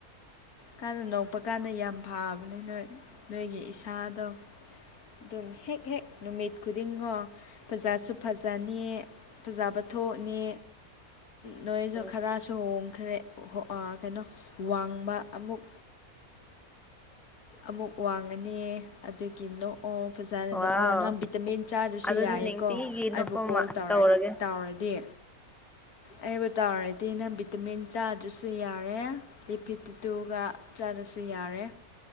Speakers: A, on the left (about 85°); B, in the centre.
A: ꯀꯟꯅ ꯅꯣꯛꯄ ꯀꯥꯟꯗ ꯌꯥꯝ ꯐꯕꯅꯦ ꯅꯣꯏ ꯅꯣꯏꯒꯤ ꯏꯁꯥꯗꯣ꯫ ꯑꯗꯨꯝ ꯍꯦꯛ ꯍꯦꯛ ꯅꯨꯃꯤꯠ ꯈꯨꯗꯤꯡꯉꯣ ꯐꯖꯥꯁꯨ ꯐꯖꯅꯤ ꯐꯖꯕ ꯊꯣꯛꯅꯤ꯫ ꯅꯣꯏꯁꯨ
B: ꯎꯝ
A: ꯈꯔꯁꯨ ꯍꯣꯡꯈ꯭ꯔꯦ꯫ ꯑ ꯀꯩꯅꯣ ꯋꯥꯡꯕ ꯑꯃꯨꯛ ꯑꯃꯨꯛ ꯋꯥꯡꯉꯅꯤ ꯑꯗꯨꯒꯤ ꯅꯣꯛ ꯑꯣ ꯐꯖꯅ
B: ꯋꯥꯎ
A: ꯅꯣꯛꯑꯣ ꯅꯪ ꯚꯤꯇꯥꯃꯤꯟ ꯆꯥꯗꯔꯁꯨ
B: ꯑꯗꯨꯗꯤ
A: ꯌꯥꯏꯌꯦꯀꯣ
B: ꯅꯤꯡꯇꯤꯒꯤ ꯅꯣꯛꯄ
A: ꯑꯩꯕꯨ ꯀꯣꯜ
B: ꯃꯥ
A: ꯇꯧꯔ
B: ꯇꯧꯔꯒꯦ
A: ꯇꯧꯔꯗꯤ ꯑꯩꯕꯨ ꯇꯧꯔꯗꯤ ꯅꯪ ꯚꯤꯇꯥꯃꯤꯟ ꯆꯥꯗ꯭ꯔꯁꯨ ꯌꯥꯔꯦ꯫ ꯂꯤꯞ ꯐꯤꯞꯇꯤꯇꯨꯒ ꯆꯥꯗ꯭ꯔꯁꯨ ꯌꯥꯔꯦ꯫